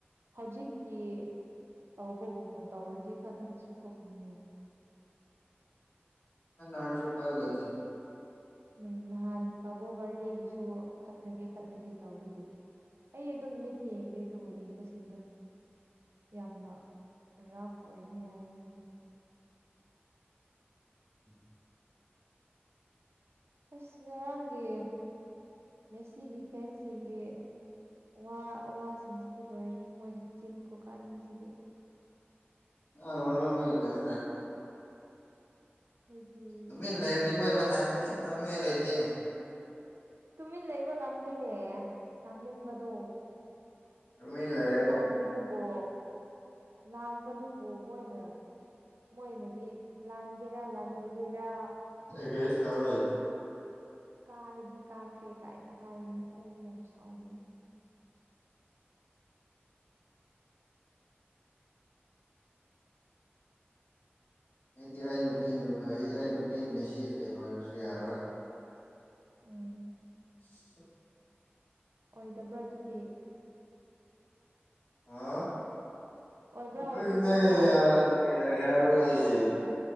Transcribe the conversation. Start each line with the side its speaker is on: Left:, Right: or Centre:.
Right: ꯍꯧꯖꯤꯛꯀꯤ ꯇꯧꯕꯒꯨꯝꯅ ꯇꯧꯔꯗꯤ ꯈꯠꯅꯕꯁꯨ ꯊꯣꯛꯀꯅꯤꯌꯦ
Left: ꯍ ꯅꯅꯥꯔ ꯔꯨꯄꯥ ꯂꯩꯇ
Right: ꯎꯝ ꯅꯍꯥꯟ ꯀꯥꯕꯣ ꯕꯥꯔꯗꯦꯒꯤꯁꯨ ꯈꯠꯅꯒꯦ ꯈꯠꯅꯒꯦ ꯇꯧꯕꯒꯤ ꯑꯩ ꯑꯗꯨꯝ ꯅꯨꯃꯤꯠꯇ ꯌꯦꯡꯗꯦ ꯑꯗꯨꯕꯨ ꯌꯦꯡꯕꯁꯤꯡꯗꯣ ꯌꯥꯝꯅ ꯔꯐ ꯑꯣꯏꯕꯅꯤ ꯌꯥꯏ ꯃꯣꯏꯗꯣ
Left: ꯎꯝ
Right: ꯑꯁ ꯉꯔꯥꯡꯒꯤ ꯃꯦꯁꯤꯒꯤ ꯐꯦꯟꯁꯤꯡꯒꯤ ꯋꯥ ꯋꯥꯁꯤꯡꯁꯤꯗꯤ ꯂꯣꯏꯔꯦ ꯃꯣꯏꯒꯤ ꯆꯤꯟ ꯀꯣꯀꯥꯟꯁꯤꯗꯤ
Left: ꯑ ꯍꯝꯥꯏꯛꯦ ꯀꯥꯏꯇ
Right: ꯑꯩꯈꯣꯏꯗꯤ
Left: ꯑꯗꯨ
Right: ꯌꯥꯗꯦ
Left: ꯂꯩꯔꯔꯤ ꯃꯣꯏ ꯃꯊꯥꯗ ꯀꯩꯝ ꯇꯧꯅꯤꯡꯉꯥꯏ ꯂꯩꯇꯦꯅꯦ
Right: ꯇꯨꯃꯤꯟꯅ ꯂꯩꯩꯕ ꯉꯝꯗꯦꯅꯦ ꯉꯥꯡꯅꯤꯡꯕꯗꯣ
Left: ꯇꯃꯤ ꯂꯩꯦ
Right: ꯂꯥꯟꯕꯗꯨꯕꯣ ꯂꯥꯟꯕꯗꯨꯕꯨ ꯃꯣꯏꯅ ꯃꯣꯏꯅꯗꯤ ꯂꯍꯥꯟꯒꯦꯔꯥ ꯂ ꯅꯣꯏꯒꯦꯔꯥ
Left: ꯦ ꯁꯔꯂ
Right: ꯀꯥꯔꯗꯤ ꯀꯥꯈ꯭ꯔꯦ ꯀꯥꯏꯅ ꯍꯥꯏꯅꯤ ꯑꯩꯗꯤ ꯌꯥꯝ ꯁꯥꯎꯅꯤꯡ
Left: ꯑꯩꯗꯤ ꯑꯩ ꯅꯨꯄꯤꯅ ꯐꯩ ꯑꯩ ꯅꯨꯄꯤ ꯃꯦꯁꯤ ꯐꯦꯟ ꯑꯣꯏꯕꯁꯨ ꯌꯥꯔꯣꯏ
Right: ꯎꯝ
Left: <unintelligible>
Right: ꯑꯣꯏꯗꯕ꯭ꯔ ꯑꯗꯨꯗꯤ
Left: ꯑꯥ
Right: ꯑꯣꯏꯕ꯭ꯔꯥ
Left: <unintelligible>
Right: ꯑꯣꯏꯗꯕ꯭ꯔꯕ
Left: ꯌꯥꯔ‌ꯣꯏ ꯍꯥꯏꯁꯦ